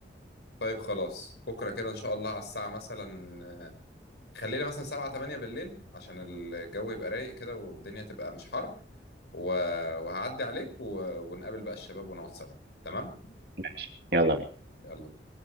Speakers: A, on the left; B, on the right.
A: طيب خلاص بكرة كده إن شاء الله على الساعة مثلا آه، خلينا مثلا سبعة تمانية بالليل عشان الجو يبقى رايق كده والدنيا تبقى مش حر و... وهعدي عليك و... ونقابل بقى الشباب ونقعد سوا تمام
B: ماشي، يالّا بينا.
A: يلا